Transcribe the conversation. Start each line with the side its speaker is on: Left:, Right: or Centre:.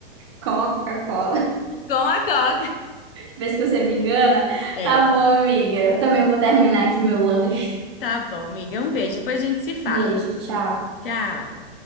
Right: com a Coca-Cola.
Left: Com a coca.
Right: Vez que você me engana.
Left: É,
Right: Tá bom, amiga. Eu também vou terminar aqui meu lanche.
Left: tá bom, amiga. Um beijo. Depois a gente se fala.
Right: Beijo, tchau.
Left: Tchau.